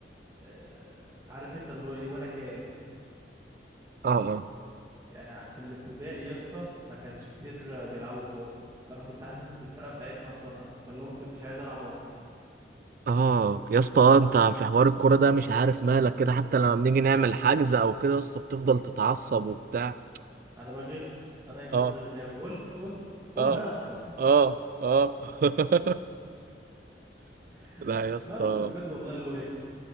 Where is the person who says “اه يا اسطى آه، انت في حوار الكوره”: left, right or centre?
Right